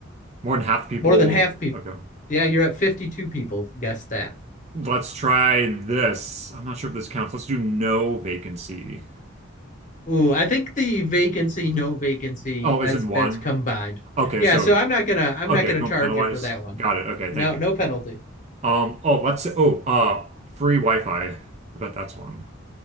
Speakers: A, on the right (about 35°); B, on the left (about 40°).
A: More than half the people.
B: More than half people.
A: Okay.
B: Yeah, you're at 52 people guessed that.
A: Let's try this. I'm not sure if this counts. Let's do no vacancy.
B: Ooh, I think the vacancy, no vacancy,
A: Oh,
B: that's
A: is in one?
B: that's combined.
A: Okay,
B: Yeah,
A: so
B: so I'm not gonna I'm
A: okay,
B: not gonna
A: don't
B: charge
A: penalize.
B: you for that one.
A: Got it. Okay,
B: No,
A: thank you.
B: no penalty.
A: Um, oh, let's say, oh, uh, free Wi-Fi. I bet that's one.